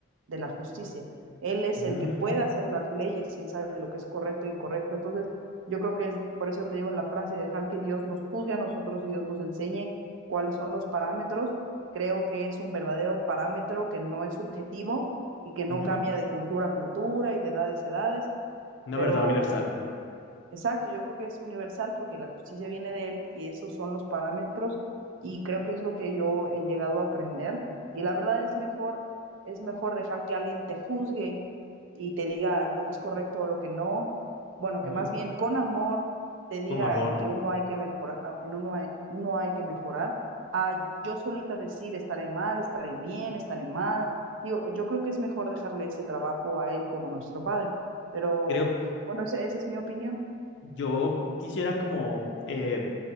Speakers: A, on the right; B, on the left.
A: de la justicia. Él es
B: mm,
A: el que puede hacer las leyes y Él sabe lo que es correcto e incorrecto. Entonces, yo creo que es, por eso te digo en la frase, dejar que Dios nos juzgue a nosotros y Dios nos enseñe cuáles son los parámetros. Creo que es un verdadero parámetro que no es subjetivo y que no
B: ujú.
A: cambia de cultura a cultura y de edades a edades
B: Una
A: pero
B: verdad universal,
A: Exacto, yo creo que es universal porque la justicia viene de él y esos son los parámetros y creo que es lo que yo he llegado a aprender y la verdad es mejor es mejor dejar que alguien te juzgue y te diga lo que es correcto o lo que no, bueno,
B: Ujú.
A: que más bien con amor te diga
B: Con amor.
A: en que uno hay que mejorar, en uno hay, uno hay que mejorar, a yo solita decir estaré mal, estaré bien, estaré mal. Digo, yo creo que es mejor dejarle ese trabajo a él como nuestro padre, pero
B: Creo,
A: bueno, ese- esa es mi opinión.
B: yo quisiera como eh,